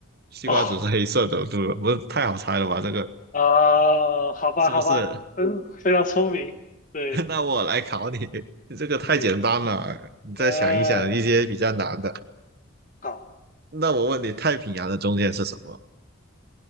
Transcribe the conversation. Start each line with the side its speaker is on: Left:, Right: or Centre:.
Right: 西瓜只是黑色的，
Left: 哦，
Right: 对吧？不是太好猜了吧？这个
Left: 啊、好吧，
Right: 是不是？
Left: 好吧，嗯，非常聪明，对，
Right: <laughs> 那我来考你，<laughs> 你这个太简单了，
Left: 行，
Right: 你再想一想一些比较难的。
Left: 呃，好，
Right: 那我问你，太平洋的中间是什么？